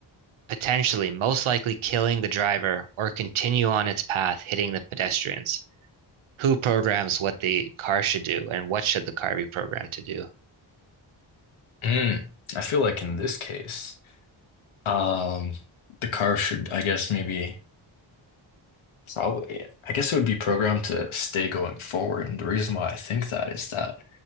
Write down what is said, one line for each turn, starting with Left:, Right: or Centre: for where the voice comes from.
Right: potentially most likely killing the driver, or continue on its path, hitting the pedestrians. who programs what the car should do and what should the car be programmed to do.
Left: Mm. I feel like in this case, um, the car should, I guess, maybe. Probably. I guess it would be programmed to stay going forward. And the reason why I think that is that